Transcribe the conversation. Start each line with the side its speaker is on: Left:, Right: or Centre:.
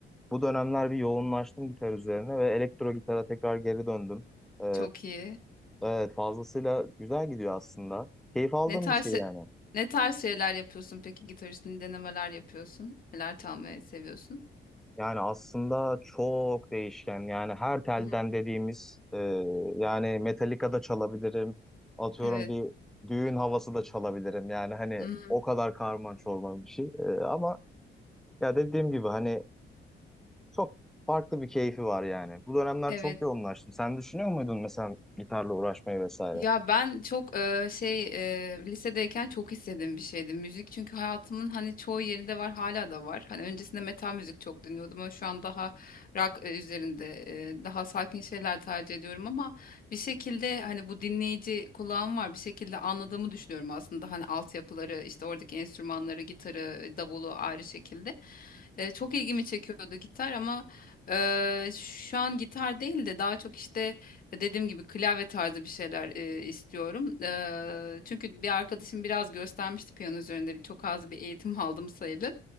Centre: bu dönemler bir yoğunlaştım gitar üzerine ve elektro gitara tekrar geri döndüm. E,
Left: Çok iyi.
Centre: evet fazlasıyla güzel gidiyor aslında. Keyif aldığım
Left: Ne tarz
Centre: bir şey yani.
Left: ne tarz şeyler yapıyorsun peki gitar üstünde denemeler yapıyorsun? Neler çalmayı seviyorsun?
Centre: Yani aslında çok değişken. Yani her telden
Left: Hı.
Centre: dediğimiz e, yani Metallica da çalabilirim. Atıyorum
Left: Evet.
Centre: bir düğün havası da çalabilirim. Yani hani
Left: Hmm,
Centre: o kadar karman çorman bir şey. E, ama ya dediğim gibi hani çok farklı bir keyfi var yani. Bu dönemler
Left: evet.
Centre: çok yoğunlaştım. Sen düşünüyor muydun mesela gitarla uğraşmayı vesaire?
Left: Ya ben çok e, şey e, lisedeyken çok istediğim bir şeydi müzik çünkü hayatımın hani çoğu yerinde var hala da var. Hani öncesinde metal müzik çok dinliyordum ama şu an daha rock e, üzerinde e, daha sakin şeyler tercih ediyorum ama bir şekilde hani bu dinleyici kulağım var bir şekilde anladığımı düşünüyorum aslında hani altyapıları işte oradaki enstrümanları gitarı davulu ayrı şekilde. E, çok ilgimi çekiyordu gitar ama e, şu an gitar değil de daha çok işte Dediğim gibi klavye tarzı bir şeyler e, istiyorum. Eee, çünkü bir arkadaşım biraz göstermişti piyano üzerinde. Bir, çok az bir eğitim <laughs> aldım sayılır.